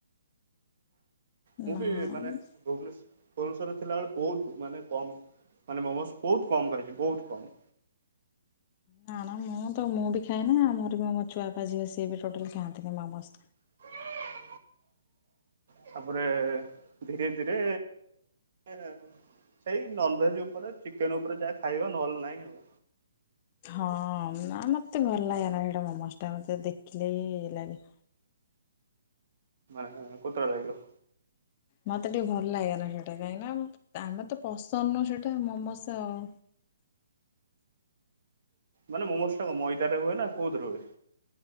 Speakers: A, on the left; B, on the right.
A: ନା
B: ମୁଁ ବି
A: ନା
B: ମାନେ ଭୁବନେଶ ଭୁବନେଶ୍ଵରରେ ଥିଲାବେଳେ ବହୁତ ମାନେ କମ୍ ମାନେ ମୋମୋସ୍ ବହୁତ କମ୍ ଖାଇଛି ବହୁତ କମ୍।
A: ନା ନା ମୁଁ ତ ମୁଁ ବି ଖାଏନି ମୋର ବି ମୋ ଛୁଆପିଲା ଝିଅ ସିଏ ବି ଟୋଟାଲ ଖାଆନ୍ତିନି ମୋମୋସ।
B: <inaudible> ତାପରେ ଧୀରେ ଧୀରେ ଏଁ ସେଇ ନନଭେଜ ଉପରେ ଚିକେନ ଉପରେ ଯାହା ଖାଇବା। ନହେଲେ ନାହିଁ ଆଉ।
A: ହଁ ନା ମତେ ଭଲ ଲାଗେନା ହେଟା ମୋମୋସ ଟା ମତେ ଦେଖିଲେ ଇଏଲାଗେ।
B: ମାନେ କୋତରା ଲାଗିବ।
A: ମତେ ଟିକେ ଭଲ ଲାଗେନ ସେଇଟା କାହିଁକିନା ଆମେ ତ ପସନ୍ଦ ନ ସେଇଟା ମୋମୋସ ଆଉ।
B: ମାନେ ମୋମୋସ ଟା କଣ ମଇଦା ରେ ହୁଏ ନା କୋଉଦିରେ ହୁଏ?